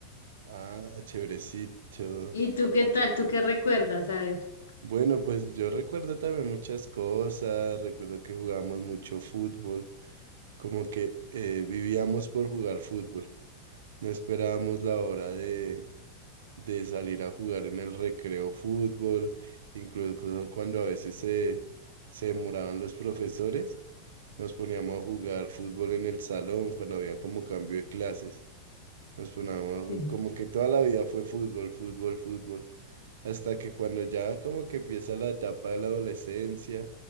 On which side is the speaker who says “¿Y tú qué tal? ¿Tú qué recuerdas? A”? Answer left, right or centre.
Left